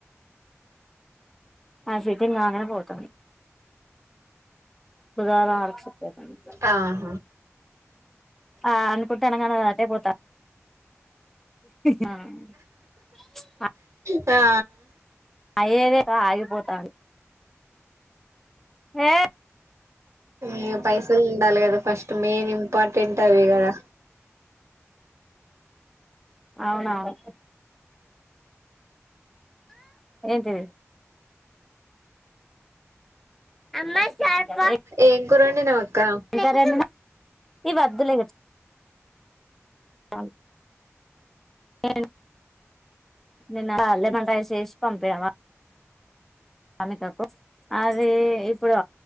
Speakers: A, in the centre; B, on the right.
A: ఆ సీటింగ్ కాంగనే పోతుంది బుధారం వరకు సెట్ అయితది మొత్తం
B: ఆహా
A: ఆ అనుకుంటాన్నం గాని అదటే పోతాంది ఆ
B: ఆ
A: అయ్యేదే క ఆగిపోతాంది ఏ
B: ఇగ పైసలు ఉండాలి కద ఫస్ట్ మెయిన్ ఇంపార్టెంటే అవి కదా
A: అవునవును ఏంటిది ఎ
B: ఏం కూర వండినవు అక్క
A: ఏం కర్రీ వండినవ్ ఇవి ఒద్దులే <unintelligible> నిన్న లెమన్ రైస్ చేసి పంపినవా అమితకు అది ఇప్పుడు